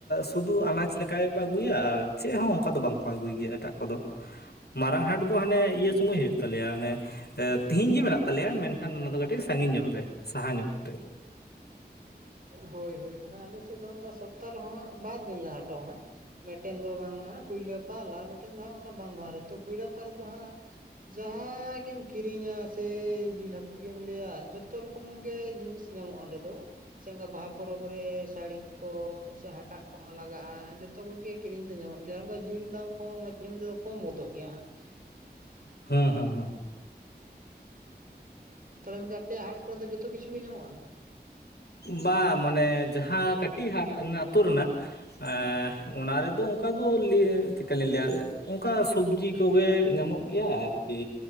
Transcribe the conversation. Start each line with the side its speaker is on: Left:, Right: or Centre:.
Left: ᱥᱩᱫᱩ ᱟᱱᱟᱡᱽ ᱞᱮᱠᱟ ᱜᱮᱠᱚ ᱟᱹᱜᱩᱭᱟ ᱟᱨ ᱪᱮᱫ ᱦᱚᱸ ᱚᱱᱠᱟ ᱫᱚ ᱵᱟᱝ ᱠᱚ ᱟᱹᱜᱩᱭ ᱜᱮᱭᱟ ᱮᱴᱟᱜ ᱠᱚᱫᱚ ᱾ ᱢᱟᱨᱟᱝ ᱦᱟᱴ ᱫᱚ ᱦᱟᱱᱮ ᱤᱭᱟᱹ ᱥᱚᱢᱚᱭ ᱦᱩᱭᱩᱜ ᱛᱟᱞᱮᱭᱟ ᱚᱱᱮᱼᱼ ᱛᱤᱦᱤᱧ ᱜᱤ ᱢᱮᱱᱟᱜ ᱛᱟᱞᱮᱭᱟ ᱢᱮᱱᱠᱷᱟᱱ ᱚᱱᱟ ᱫᱚ ᱠᱟᱹᱴᱤᱡ ᱥᱟᱸᱜᱤᱧ ᱧᱚᱜ ᱨᱮ ᱥᱟᱦᱟ ᱧᱚᱜ ᱠᱟᱛᱮᱜ᱾
Right: ᱦᱳᱭ ᱦᱳᱭ ᱟᱞᱮ ᱥᱮᱫ ᱫᱚ ᱚᱱᱠᱟ ᱥᱚᱯᱛᱟᱦᱚ ᱨᱮ ᱦᱟᱸᱜ ᱵᱟᱨ ᱫᱤᱱ ᱞᱮ ᱦᱟᱴᱚᱜ-ᱟ ᱦᱟᱸᱜ᱾ ᱢᱮᱫᱴᱮᱱ ᱫᱚ ᱵᱟᱝ ᱢᱟ ᱠᱩᱭᱞᱟᱹᱯᱟᱞ ᱟᱨ ᱢᱤᱫᱴᱮᱱ ᱫᱚ ᱦᱟᱸᱜ ᱵᱟᱸᱫᱷᱣᱟᱱ ᱨᱮ ᱛᱚ ᱠᱩᱭᱞᱟᱹᱯᱟᱞ ᱨᱮ ᱫᱚ ᱦᱟᱸᱜᱼᱼ ᱡᱟᱦᱟᱸ ᱜᱮᱢ ᱠᱤᱨᱤᱧᱟ ᱥᱮ ᱡᱤᱞ ᱦᱟᱹᱠᱩ ᱜᱮᱢ ᱞᱟᱹᱭᱟ ᱡᱚᱛᱚ ᱨᱚᱠᱚᱢ ᱜᱮ ᱡᱤᱱᱤᱥᱼᱼ ᱧᱟᱢᱚᱜᱼᱟ ᱚᱸᱰᱮ ᱫᱚ᱾ ᱥᱮ ᱚᱝᱠᱟ ᱵᱟᱦᱟ ᱯᱚᱨᱚᱵᱽ ᱨᱮ ᱥᱟᱲᱤ ᱠᱚ ᱥᱮ ᱦᱟᱴᱟᱜ ᱠᱚᱸᱦᱚᱸ ᱞᱟᱜᱟᱜ-ᱟ ᱡᱚᱛᱚ ᱠᱚᱜᱮᱼᱼ ᱠᱤᱨᱤᱧ ᱛᱮ ᱧᱟᱢᱚᱜ ᱜᱮᱭᱟ ᱚᱱᱠᱟ ᱡᱤᱞ ᱫᱟᱢ ᱠᱚ ᱦᱚᱸ ᱢᱟᱡᱷᱮ ᱢᱟᱡᱷᱮ ᱫᱚ ᱠᱚᱢ ᱜᱚᱫᱚᱜ ᱜᱮᱭᱟ ᱦᱟᱸᱜ ᱾
Left: ᱦᱟᱸ ᱦᱟᱸ ᱦᱟᱸ᱾
Right: ᱛᱟᱦᱚᱞᱮ ᱜᱚᱝᱠᱮ ᱟᱯᱮᱭᱟᱜ ᱦᱟᱴ ᱠᱚᱨᱮ ᱫᱚ ᱡᱚᱛᱚ ᱠᱤᱪᱷᱩ ᱜᱮ ᱧᱟᱢᱚᱜ-ᱟ?
Left: ᱵᱟᱝ ᱢᱟᱱᱮ ᱡᱟᱦᱟᱸ ᱠᱟᱹᱴᱤᱡ ᱦᱟᱴ ᱟᱛᱩ ᱨᱮᱱᱟᱜᱼᱼ ᱮᱸᱻ ᱚᱱᱟ ᱨᱮᱫᱚ ᱚᱱᱠᱟ ᱫᱚ ᱞᱟᱹᱭ ᱪᱤᱠᱟ ᱞᱤᱧ ᱞᱟᱹᱭᱟ? ᱚᱱᱠᱟ ᱥᱚᱵᱽᱡᱤ ᱠᱚᱜᱮ ᱧᱟᱢᱚᱜ ᱜᱮᱭᱟ ᱟᱨᱠᱤ᱾